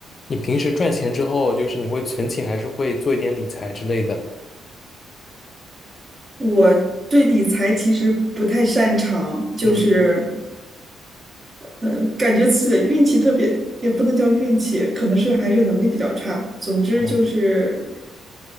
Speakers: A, on the left (about 45°); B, on the right (about 35°).
A: 你平时赚钱之后，就是你会存钱，还是会做一点理财之类的？
B: 我对理财其实不太擅长，就是
A: 嗯，
B: 呃，感觉自己的运气特别，也不能叫运气，可能是还是能力比较差。总之就是
A: 嗯